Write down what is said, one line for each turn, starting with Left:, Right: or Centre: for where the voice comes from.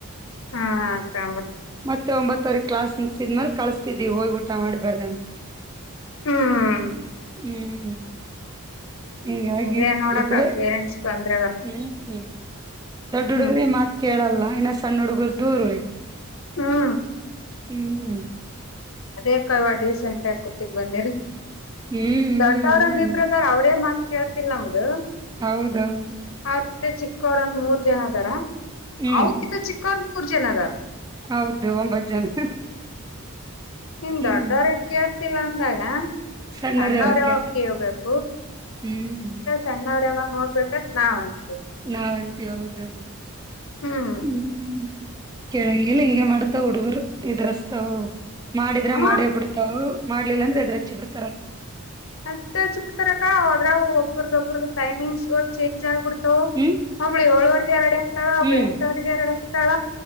Left: ಹಾ ಮತ್ತೆ <unintelligible>
Right: ಮತ್ತೆ ಒಂಬತ್ತವರೆ ಕ್ಲಾಸ್ ಮುಗಸಿದ ಮ್ಯಾಲ ಕಳಸ್ತಿದ್ವಿ ಹೋಗಿ ಊಟ ಮಾಡ್ಬಾರ್ದಂತ
Left: ಹ್ಮ್
Right: ಹ್ಮ್ ಹಿಾಗಿ
Left: ಇದೇ
Right: <inaudible>
Left: ನೋಡಕ
Right: ೊಡ್ಡ್ದೇ
Left: ಪೇರೆಂಟ್ಸ್ ತೊಂದ್ರೆಗ
Right: ಹ್ಮ್ ಹ್ಮ್ ದೊಡ್ಡ ಹುಡುಗ್ರ
Left: ಹ್ಮ್
Right: ಮಾತ್ ಕೇಳಲ್ಲ ಇನ್ನ ಸಣ್ಣ ಹುಡುಗರ ದೂರು ಉಳತು
Left: ಹಾ
Right: ಹ್ಮ್ ಹ್ಮ್
Left: ಅದೇ ಕಲ್ವಾ ಡೀಸೆಂಟ್ ಆಗ ಕೂತಿಕ್ ಬಂದಿಲ್
Right: ಹ್ಮ್
Left: ದೊಡ್
Right: ಹ್ಮ್ ಹ್ಮ್
Left: ಇಬ್ರದ ಅವ್ರೇ ಮಾತ ಕೇಳ್ತಿಲ್ಲ ನಮ್ಮದು
Right: ಹೌದೌದು
Left: ಅವ್ರ ಕಿತ್ತ ಚಿಕ್ಕವರ ಒಂದ್ ಮೂರ್ ಜನ ಅದಾರ
Right: ಹ್ಮ್
Left: ಅವ್ರ ಕಿತ ಚಿಕ್ಕವರ್ ಮೂರ್ ಜನ ಅದಾರ
Right: ಹೌದು ಒಂಬತ್ತು ಜನ
Left: ನಿನ್
Right: ಹ್ಮ್
Left: ದೊಡ್ಡವ ರಕ್ಕಿ ಆತಿಲ್ಲ ಅಂದಾಗ
Right: ಸಣ್ಣರೇ
Left: ಸಣ್ಣವರೆವ
Right: ಅವಕ್ಕೆ
Left: ಕ ಹಬೇಕು
Right: ಹ್ಮ್
Left: ಸಣ್ಣವ್ರ ಯಾವಾಗ ನೋಡ್ಬೇಕತ್ ನಾವ್ ಅಂತೇವಿ
Right: ನಾವಂತೀ ಹೌದೌದು
Left: ಹ್ಮ್
Right: ಹ್ಮ್ ಕೆಳಂಗಿಲ್ ಹಿಂಗಗೆ ಮಾಡ್ತಾವ ಹುಡುಗರ್ ಇದ್ರಸ್ತಾವ ಮಾಡಿದ್ರೆ
Left: ಹ
Right: ಮಾಡೇ ಬಿಡ್ತಾವ್ ಮಾಡ್ಲಿಲ್ಲ ಅಂದ್ರೆ ಇದದ್ರೆಚ್ಚಿ ಬಿಡ್ತಾರ
Left: ಹಚ್ಚ ಹಚ್ ಬಿಡ್ತಾರಕ್ಕ ಹದ್ರ ಒಬ್ಬ್ರದ ಒಬ್ರ ಟೈಮಿಂಗ್ಸ್ ಚೇಂಜ್ ಆಗ್ಬಿಡ್ತಾವ
Right: ಹ್ಮ್
Left: ಒಬ್ಳ ಏಳವರ್ ಎರಡ ಆಗ್ತಾಳ ಒಬ್ಳ
Right: ಹ್ಮ್
Left: ಎಂಟವರ್ರಿಗೆ ಎರಡೆ ಆಗ್ತಾಳ